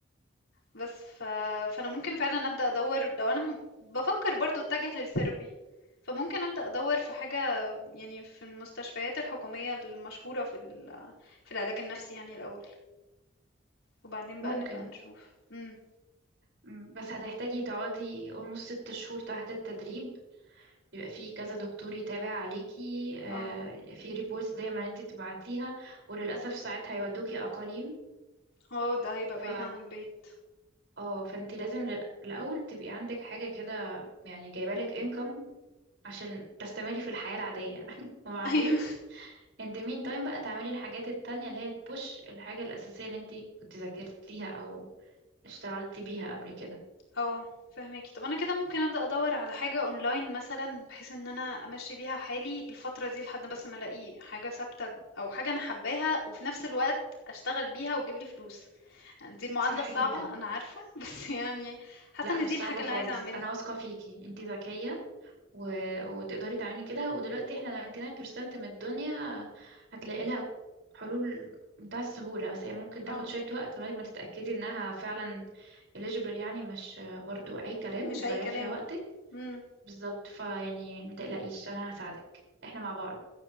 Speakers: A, on the left; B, on the right.
A: بس ف... فانا ممكن فعلا ابدا ادور لو انا م- بفكر برضو اتجه للثيرابي فممكن ابدا ادور في حاجه يعني في المستشفيات الحكوميه المشهوره في ال... في العلاج النفسي يعني الاول وبعدين
B: ممكن
A: بقى نبقى نشوف امم
B: مم، بس هتحتاجي تقعدي almost ست شهور تحت التدريب يبقى في كذا دكتور يتابع عليكي آه،
A: اه
B: في ريبورتس دايما انت تبعتيها وللاسف ساعات هيودوكي اقاليم
A: اه ده هيبقى
B: ف
A: بعيد عن البيت
B: اه فانت لازم لل- الاول تبقي عندك حاجه كده يعني جايبالك انكم عشان تستمري في الحياه العاديه <laughs> وبعدين
A: <laughs> ايوه
B: انت مين تايم بقى تعملي الحاجات التانية اللي هي تبوش الحاجه الاساسيه اللي انت كنت ذاكرتيها او اشتغلتي بيها قبل كده
A: اه فهماكي طب انا كده ممكن ابدا ادور على حاجه اونلاين مثلا بحيث ان انا امشي بيها حالي الفتره دي لحد بس ما الاقي حاجه ثابته او حاجه انا حباها وفي نفس الوقت اشتغل بيها وتجيب لي فلوس يعني دي المعادلة
B: صح
A: الصعبة
B: جدا
A: أنا عارفة <laughs> بس يعني حاسة
B: لا
A: إن
B: مش
A: دي
B: صعبه
A: الحاجة
B: خالص
A: اللي عايزة أعملها
B: انا واثقه فيكي انت ذكيه و... وتقدري تعملي كده ودلوقتي احنا 99% من الدنيا هتلاقي لها حلول بتاع السهولة بس هي ممكن تاخد
A: اه
B: شوية وقت لغاية ما تتأكدي انها فعلا eligible يعني مش برضو اي كلام
A: مش
B: وتضيعي
A: أي كلام
B: فيها وقتك
A: امم
B: بالظبط فيعني ما تقلقيش انا هساعدك احنا مع بعض